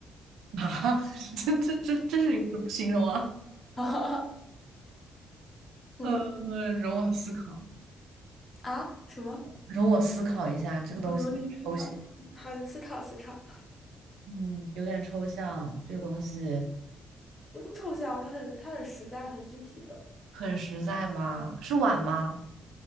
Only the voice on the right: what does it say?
啊，<laughs> 这这这这是一个什么形容啊？
呃，容我思考，
容我思考一下，这个东西抽象，
嗯，有点抽象。这个东西
很实在吗？是碗吗？